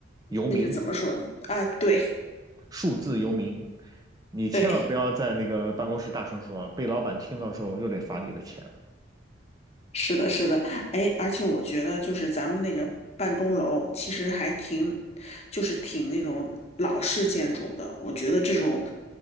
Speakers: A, on the right; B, on the left.
A: 游民，
B: 那个怎么说呢啊？对
A: 数字游民，你千万不要在那个办公室大声说啊，
B: 对，
A: 被老板听到之后又得罚你的钱。
B: 是的，是的，哎，而且我觉得就是咱们那个办公楼其实还挺，就是挺那种老式建筑的。我觉得这种